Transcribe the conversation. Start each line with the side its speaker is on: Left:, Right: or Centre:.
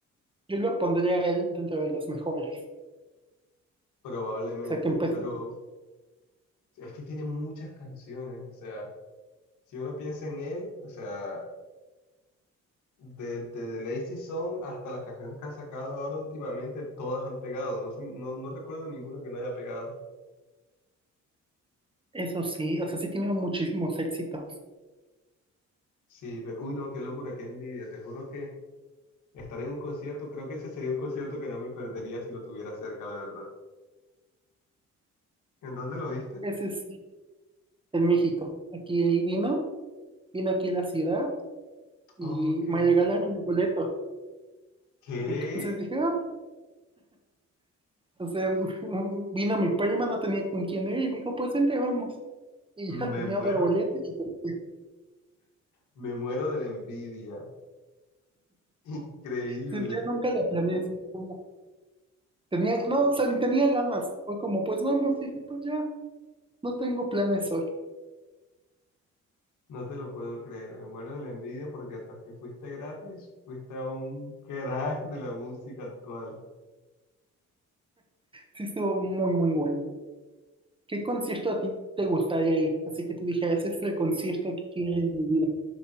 Right: yo lo pondría a él dentro de los mejores.
Left: probablemente,
Right: O sea, que empezó.
Left: pero es que tiene muchas canciones, o sea, si uno piensa en él, o sea, desde The Lazy Song hasta las canciones que ha sacado ahora últimamente, todas han pegado, no sé, no, no recuerdo ninguna que no haya pegado.
Right: Eso sí, o sea, sí tiene muchísimos éxitos.
Left: Sí, pero, uy, no, qué locura, qué envidia, te juro que estar en un concierto, creo que ese sería un concierto que no me perdería si lo tuviera cerca, la verdad. ¿En dónde lo viste?
Right: Ese sí, en México. Aquí vino, vino aquí a la ciudad y
Left: Ok.
Right: me regalaron el boleto.
Left: ¿Qué?
Right: Entonces dije, ah, o sea, <laughs> vino mi prima, no tenía con quién ir y me dijo, pues vente, vamos. Y ya
Left: Me
Right: tenía
Left: muero.
Right: otro boleto y este,
Left: Me muero de la envidia. Increíble.
Right: Sí, yo nunca la planeé así como. Tenía, no, o sea, ni tenía ganas. Fue como, pues vamos, dije, pues ya, no tengo planes hoy.
Left: No te lo puedo creer. Me muero de la envidia porque tras que fuiste gratis, fuiste a un crack de la música actual.
Right: Sí, estuvo muy, muy bueno. ¿Qué concierto a ti te gustaría ir? Así que tú dijeras, "Ese es el concierto que quiero ir en mi vida.